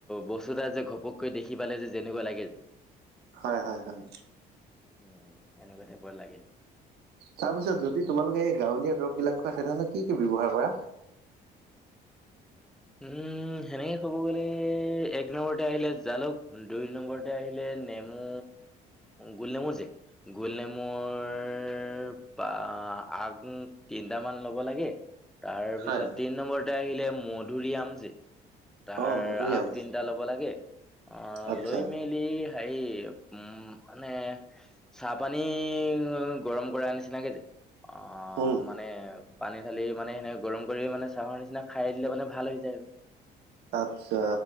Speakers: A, in the centre; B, on the right (about 75°).
A: বস্তু এটা যে ঘপককৈ দেখি পালে যেনেকুৱা লাগে যে
B: হয় হয় হয়
A: উম এনেকুৱা টাইপৰ লাগে
B: তাৰ পিছত যদি তোমালোকে এই গাঁৱলীয়া দৰববিলাক খুৱা তেনেহ'লে কি কি ব্যৱহাৰ কৰা
A: উম সেনেকে ক'ব গ'লে এক নম্বৰতে আহিলে জালুক দুই নম্বৰ তে আহিলে নেমু গোল নেমু যে গোল নেমুৰ বা আগ তিনিটামান ল'ব লাগে তাৰপিছত
B: হয়
A: তিন নম্বৰতে আহিলে মধুৰী আমজে তাৰ
B: অ মধুৰিআম
A: আগ তিন টা ল'ব লাগে অ
B: আচ্ছা
A: লৈ মেলি হাই উম মানে চাহপানী গৰম কৰা নিচিনাকে যে অ
B: উম,
A: মানে পানী ধালি মানে সেনেকে গৰম কৰি মানে চাহৰ নিচিনা খাই দিলে মানে ভাল হৈ যায়
B: আচ্ছা